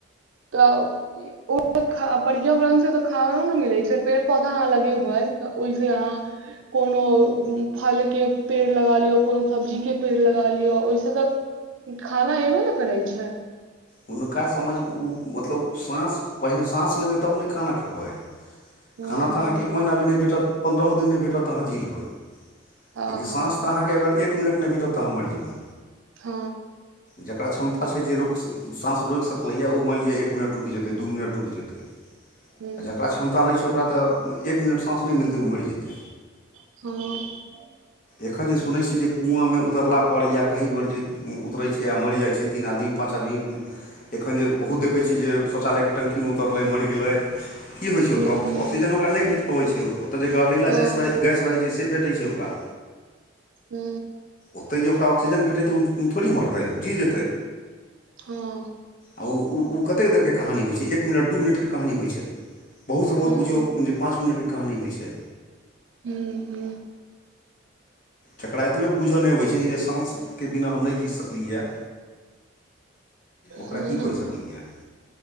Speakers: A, on the right; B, on the left.
A: तऽ पर्यावरण से तऽ खावरो ने मिलै छै पेड़ पौधा अहाँ लगेबै तऽ ओहिसँ अहा कोनो फलके पेड़ लगा लियौ कोनो सब्जीके पेड़ लगा लियौ ओहिसँ त खाना एऐबे ने करै छ
B: हुनका समझ ओ मतलब साँस पहिने साँस लेबै तब ने खाना खेब
A: हूँ
B: खाना
A: हूँ
B: तऽ अहाँकेँ एक महीना भी नहि भेटत पन्द्रहो दिन नहि भेटत अहाँ जी लेबै लेकिन
A: हँ हँ
B: साँ तऽ अहाँके अगर एक मिनट नहिभेटत तऽ हम मरि जेबै
A: ह
B: जकरा क्षमता छै जे रुख साँस रोकि सकलैए ओ मानि लिअ एक मिनट रुकि जेतै दू मिनट रुकि जेत
A: हूँ
B: आ जकरा क्षमता नहि छै ओकरा तऽ एक मिनट साँस नहि मिलतै ओ मरि जेत
A: ह
B: एखन जे सुनैत छियै जे कुआँ म उतरलापर या कहीँ बेर जे उतरै छै आ मरि जाइ छै तीन आदमी पाँच आदम एखन जे बहुत देखै छियै जे शौचालयके टंकीमे उतरलै मरि गेल की होइत छै
A: हूँ
B: ओतय
A: हूँ
B: ऑक्सीजन ओकरा नहि भेट पबैत छै ओतय जे गहरीला
A: हँ
B: गैस रहै छै से से भेटै छै ओकरा
A: हू
B: ओतहि जे ओकरा ऑक्सीजन भेटै ओ थोड़ी मरतै ओ जी जेतै
A: हँ
B: आ ओ ओ कतेक देरके कहानी होइ छै एक मिनट दू मिनटके कहानी होइ छै बहुतसँ बहुत
A: हँ
B: बुझियौ जे पाँच मिनटके कहानी होइ छै
A: हू हू
B: जकरा एतबे बूझय नहि अबै छै कि जे साँसके बिना हम नहि जी सकलियए ओकरा
A: हूँ
B: की
A: हूँ
B: कहि सकलियै